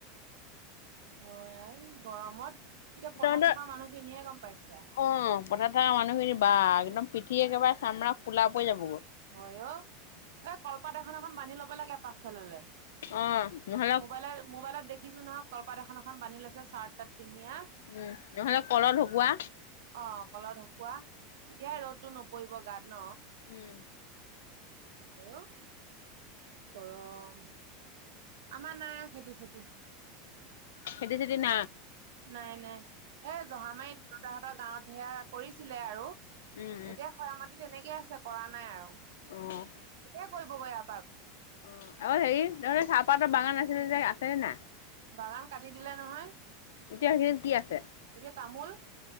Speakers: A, on the right; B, on the left.
A: হয়, গৰমত। এতিয়া পথাৰত
B: তহতৰ
A: থকা
B: অ,
A: মানুহখিনিহে গম পাইছে আৰু
B: পথাৰ থকা মানুহখিনি বা একদম সঠি একেবাৰে চামৰা খোলা পৰি যাব।
A: হয়, অ, এই কলপাত এখন এখন বান্ধি ল'ব লাগে পাছফাললে।
B: অ' নহ'লে
A: মোবাইলত, মোবাইলত দেখিছো নহক কপাত এখন। এখন বান্ধি লৈছে, চাৰ্ট, তাত পিন্ধিয়ে
B: উম নহ'লে কলত ঢকুৱা
A: অ'। ত, ঢুকুৱোৱা তেতিয়াহে ৰ'দতটো নপৰিব গাত ন।
B: উম।
A: অ, গৰম। আমাৰ নাই খেতি, চেতি
B: সেইতি চদি ন
A: নাই, নাই, এ, জহা মাৰী দেউতাহঁতৰ গাঁৱত সেয়া কৰিছিলে আৰু।
B: উম
A: এতিয়া খৰা মাটি তেনেকে আছে, কৰা নাই আৰু
B: উম অ'।
A: গোটেই কৰিবগৈ আ
B: অ, আৰু হেৰি তাৰে চাহপাতৰ বাগান আছিলে যে আছে না?
A: বাগান কাটি দিলে নহয়।
B: এতিয়া স, কি আছে।
A: এতিয়া তামোল